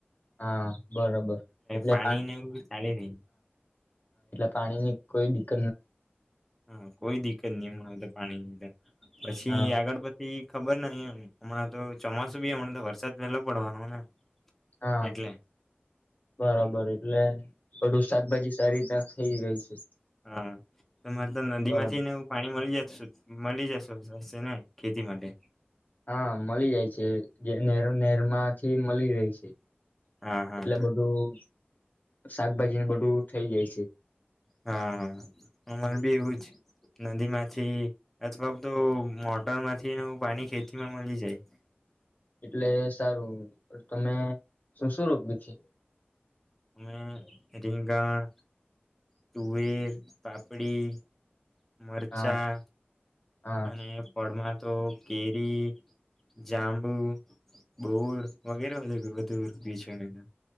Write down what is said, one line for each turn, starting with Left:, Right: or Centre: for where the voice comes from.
Left: હા બરોબર એટલે
Centre: પાણી ને એવું ચાલી રહી
Left: પાણી ની પાઈપ
Centre: હમ્મ કોઈ દિકકત નહી હમારે પાણી ની પછી
Left: હા
Centre: આગળ પછી ખબર નહી. એમ હમણાં તો ચોમાસું બી હમણાં તો વરસાદ પેલો પડવાનો ને
Left: હા
Centre: એટલે
Left: બરાબર એટલે બધુ શાકભાજી તારીતા થઇ રહી છે.
Centre: હા મરે તો નદી
Left: બરાબર
Centre: માંથી ને એવું પાણી મળી જ મળી જશોશે ને ખેતી માટે?
Left: હા મળી જાય છે. જેર નેર નેરમાંથી મળી રહે છે.
Centre: હા હા
Left: એટલે બધું શાકભાજી બધું થઇ જાય છે.
Centre: હા. અમર બી એવું જ નદી માંથી, અથવા બધુ મોટર માંથી પાણી ખેતી માં મળી જાય.
Left: એટલે સારું તમે શું શું બીછ
Centre: અમે રીંગણ, તુવેર, પાપડી મરચાં
Left: હા હા
Centre: અને પ હમણાં તો કેરી, જાંબુ, બોર વગેરે <unintelligible>